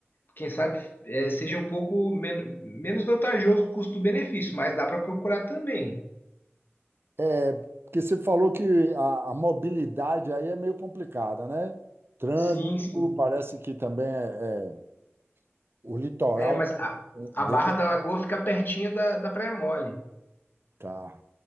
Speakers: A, on the left (about 45°); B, on the right (about 55°).
A: quem sabe é, seja um pouco men- menos vantajoso o custo-benefício, mas dá para procurar também.
B: É, porque você falou que a, a mobilidade aí é meio complicada, né? Trânsito,
A: Sim, sim.
B: parece que também é, é- o litoral
A: É, mas a,
B: é
A: a
B: denso.
A: Barra da Lagoa fica pertinho da, da Praia Mole.
B: Tá,